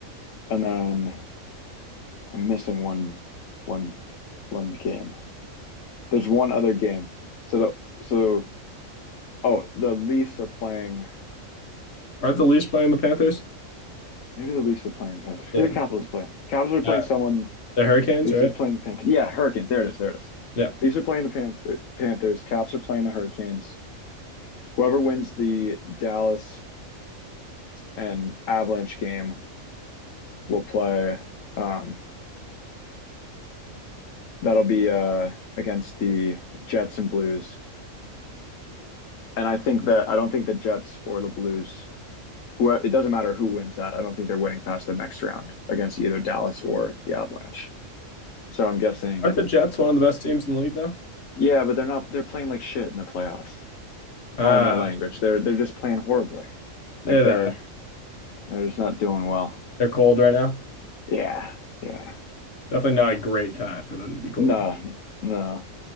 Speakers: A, on the left; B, on the left.
A: And then I'm missing one one one game. There's one other game. So the so oh the Leafs are playing
B: Aren't the Leafs playing the Panthers?
A: Maybe the Leafs are playing Panthers.
B: Yeah.
A: Who are the Capitals playing? Capitals are playing
B: Uh,
A: someone.
B: the Hurricanes,
A: Leafs
B: right?
A: are playing Panthers. Yeah, Hurricanes. There it is. There it is.
B: Yeah.
A: Leafs are playing the Panther- Panthers. Caps are playing the Hurricanes. Whoever wins the Dallas and Avalanche game will play. Um, that'll be uh, against the Jets and Blues. And I think that I don't think the Jets or the Blues. Who it doesn't matter who wins that. I don't think they're winning past the next round against either Dallas or the Avalanche. So I'm guessing
B: Aren't the Jets one of the best teams in the league now?
A: Yeah, but they're not they're playing like shit in the playoffs.
B: Ah,
A: Pardon my language. They're they're just playing horribly.
B: they're
A: Like they're
B: uh,
A: they're just not doing well.
B: they're cold right now.
A: Yeah. Yeah.
B: Definitely not a great time for them to be cold.
A: No. No. All